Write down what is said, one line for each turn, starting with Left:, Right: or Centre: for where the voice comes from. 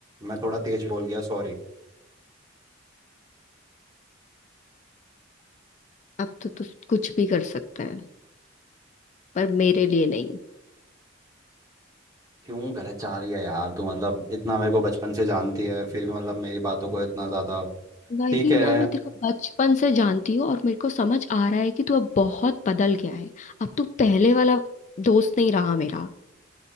Right: मैं थोड़ा तेज बोल गया सॉरी
Left: अब तो तू कुछ भी कर सकता है पर मेरे लिए नहीं
Right: क्यों गलत जा रही है यार तू मतलब इतना मेरे को बचपन से जानती है फिर भी मतलब मेरी बातों को इतना ज़्यादा
Left: वही
Right: ठीक है
Left: ना मैं तेरे को बचपन से जानती हूँ और मेरे को समझ आ रहा है कि तू अब बहुत बदल गया है अब तू पहले वाला दोस्त नहीं रहा मेरा